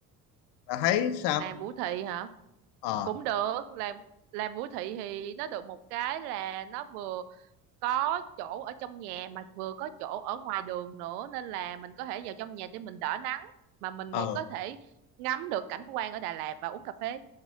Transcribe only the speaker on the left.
Bà thấy sao?
Ờ,
ờ.